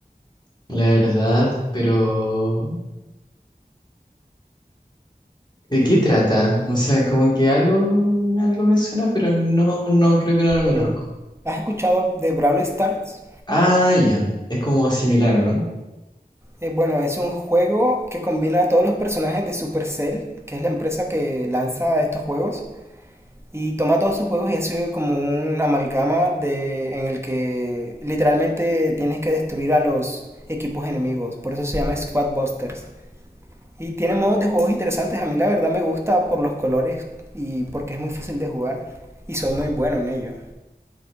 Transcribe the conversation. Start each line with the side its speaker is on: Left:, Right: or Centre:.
Left: La verdad, pero ¿de qué trata? O sea, como que algo, algo me suena, pero no, no creo que no
Right: Ok.
Left: lo conozco.
Right: ¿Has escuchado de Brawl Stars?
Left: Ah, ya, es como similar, ¿o no?
Right: Eh, bueno, es un juego que combina a todos los personajes de Supercell, que es la empresa que lanza estos juegos, y toma todos sus juegos y hace como un amalgama de, en el que literalmente tienes que destruir a los equipos enemigos. Por eso se llama Squad Busters. Y tiene modos de juegos interesantes. A mí la verdad me gusta por los colores y porque es muy fácil de jugar. Y soy muy bueno en ello.